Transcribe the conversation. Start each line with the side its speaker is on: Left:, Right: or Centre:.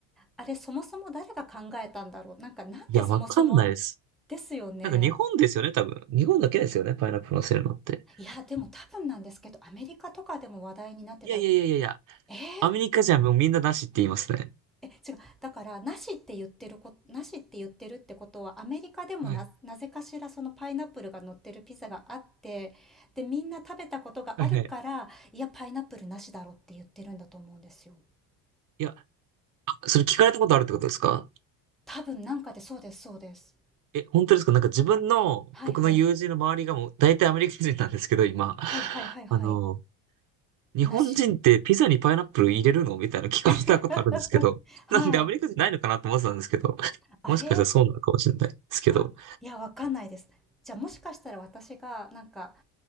Centre: あれ、そもそも誰が考えたんだろう。なんか、なんでそもそも、
Right: いや、わかんないです。
Centre: ですよね。
Right: なんか日本ですよね、多分。日本だけですよね、パイナップルのせるのって。
Centre: いや、でも多分なんですけど、アメリカとかでも話題になってた。
Right: いやいやいやいやいや、
Centre: えー
Right: アメリカじゃもうみんななしって言いますね。
Centre: え、違う。だから、なしって言ってるこ、なしって言ってるってことは、アメリカでもな、
Right: はい。
Centre: なぜかしらそのパイナップルが乗ってるピザがあって、で、みんな食べたことがあるから、
Right: はいはい。
Centre: いや、パイナップルなしだろって言ってるんだと思うんですよ。
Right: いや、あ、それ聞かれたことあるってことですか
Centre: 多分なんかで、そうです、そうです。
Right: え、本当ですかなんか自分の、
Centre: はいはい。
Right: 僕の友人の周りがもう大体アメリカ人なんですけど、今。
Centre: はいはいはいはい。
Right: あの、日本人ってピザにパイナップル入れるのみたいな聞かれたことあるんですけど。
Centre: なし。<laughs> はい。
Right: なんでアメリカ人ないのかなと思ってたんですけど。
Centre: あれ
Right: もしかしたらそうなのかもしれないですけど。
Centre: あ、いや、わかんないです。じゃあもしかしたら私が、なんか、